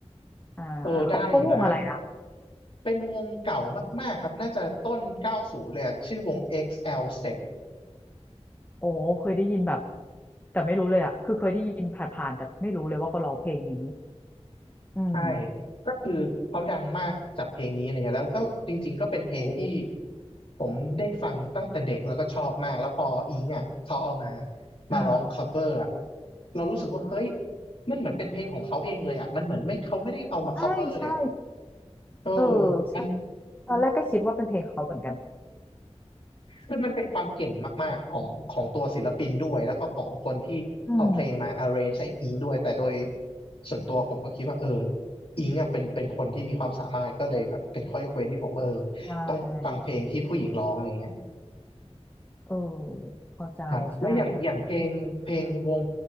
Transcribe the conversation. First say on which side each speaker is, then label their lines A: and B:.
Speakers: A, on the left (about 15°); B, on the left (about 55°).
A: อ่าเขาเขาวงอะไรนะ
B: เออได้อยู่นะเป็นวงเก่ามากๆครับน่าจะต้นเก้าสูบเลยอะชื่อวง XL Step
A: โอ้เคยได้ยินแบบแต่ไม่รู้เลยอะคือเคยได้ยินผ่านๆแต่ไม่รู้เลยว่าเขาร้องเพลงนี้อืม
B: ใช่ ก็คือเขาดังมากจากเพลงนี้อะไรเงี้ยแล้วก็จริงๆก็เป็นเพลงที่
A: โอ้
B: ผมได้ฟังตั้งแต่เด็กแล้วก็ชอบมากแล้วพออิงอ่ะเขาเอามามาร้อง
A: อ่า
B: cover อ่ะเรารู้สึกว่าเฮ้ยมันเหมือนเป็นเพลงของเขาเองเลยอ่ะมันเหมือนไม่เขาไม่ได้เอามา
A: ใช่ใช่
B: cover เลยอ่ะเออ
A: เออใช่
B: มัน
A: ตอนแรกก็คิดว่าเป็นเพลงเขาเหมือนกัน
B: คือมันเป็นความเก่งมากๆของของตัวศิลปินด้วยแล้วก็ของคนที่เอาเพลงมา
A: อืม
B: arrange ให้อิงด้วยแต่โดยส่วนตัวผมก็คิดว่าเอออิงอ่ะเป็นเป็นคนที่มีความสามารถก็เลยแบบเป็นข้อยกเว้นที่ผมเออ
A: ใช่
B: ต้องฟังเพลงที่ผู้หญิงร้องอะไรเงี้ย
A: เออเข้าใจใช่
B: ฮะแล้วอย่างอย่างเพลงเพลงวง